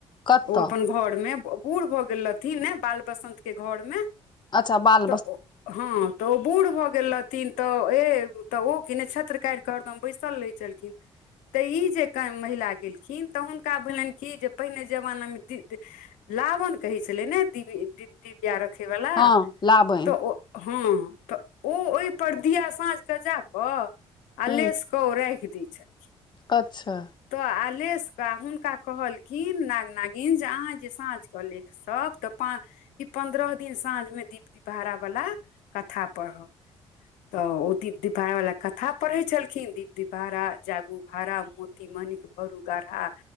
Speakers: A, on the left; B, on the left.
A: कतऽ
B: ओ अपन घर मे बूर भ गेल रहथिन ने बाल बसंत के घर मे
A: अच्छा ब
B: तऽ हँ तऽ ओ बूढ़ भऽ गेल रहथिन तऽ ए तऽ ओ कि ने छत्र काि कऽ हरदम बैसल रहै छलखिन तऽ ई जे महिला गेलखिन तऽ हुनका भेलनि कि जे पहिने जमानामे लावन कहै छलै ने दि दिव्या रखैवालला
A: हँ लाबनि
B: तऽ ओ हँ तऽ ओ ओहिपर दिया साँझके जा कऽ अलेसक
A: हूँ
B: ओरे आगदी ई च ने
A: अच्छा
B: तऽ आलेशके हुनका कहलखिन नाग नागिन जे अहाँ जे साँझ कऽ लेथि सब तऽ पा ई पन्द्रह दिन साँझमे दीप दी भड़ा बला कथा पढ़ब तऽ ओ दीप दिबारा वाला कथा पढ़ै छलखिन दीप वारा जागू भारा म मनिक भौरू गाढ़ा